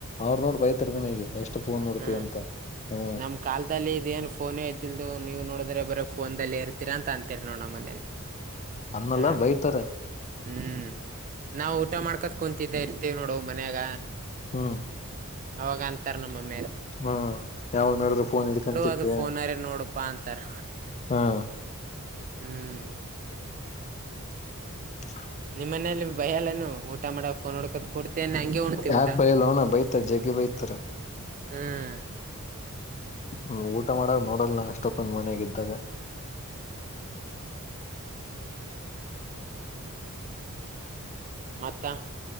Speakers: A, on the left; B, on the right.
A: ಅವ್ರು ನೋಡ್ ಬೈತರ್ ನಿಮಗೆ ಎಷ್ಟು ಫೋನ್ ನೋಡ್ತಿ
B: ಹ್ಮ್
A: ಅಂತ ಹ್ಮ
B: ನಮ್ ಕಾಲದಲ್ಲಿ ಇದ ಏನ್ ಫೋನೇ ಇದ್ದಲ್ದು ನೀವು ನೋಡಿದ್ರೆ ಬರ ಫೋನ್ಲ್ಲಿ ಇರ್ ಸ್ಥಿರಂತ ಅಂತೀರ್ ನೋ ನಮ್ಮ ಮನೇಲಿ
A: ಅನ್ನಲ್ಲಾ
B: ಹಾ
A: ಬೈತಾರೆ
B: ಹ್ಮ್ ನಾವವು ಊಟ ಮಾಡ್ಕತ್ ಕುಂತಿದ್ದ ಇರ್ತಿೀವಿ ನೋಡು ಮನ್ಯಾಗ
A: ಹ್ಮ್
B: ಅವಾಗ ಅಂತಾರ ನಮ್ಮ ಮೇಲೆ
A: ಹಾ ಯಾವ ನೋಡಿದ್ರೆ ಫೋನ್ ಹಿಡ್ಕಂತತ್ತು
B: ಅದು ಫೋನರೆ ನೋಡಪಾ ಅಂತಾರ
A: ಹಾ
B: ಹ್ಮ್
A: ಹ
B: ನಿಮ್ಮ ಮನಲಿ ಭಯ ಅಲ್ಲೇನು ಊಟ ಮಾಡಕ ಫೋನ್ ನೋಡ್ಕತ್ ಕೊಡ್ತೇನೆ ಹಂಗಗೆ ಉಣತಿೀ
A: ಯಾಕ್
B: ಊಟ
A: ಬೈಯಲ್ಲೋಣ ಬೈತಾರ ಜಗ್ಗಿ ಬೈತಾರ
B: ಹ್ಮ್
A: ಹ್ಮ್ ಊಟ ಮಾಡಾರ ನೋಡಲ್ಲ ನ ಅಷ್ಟೊಕ್ಕೊಂದ್ ಮನ್ಯಾಗ ಇದ್ದಾಗ
B: ಹ ಮತ್ತ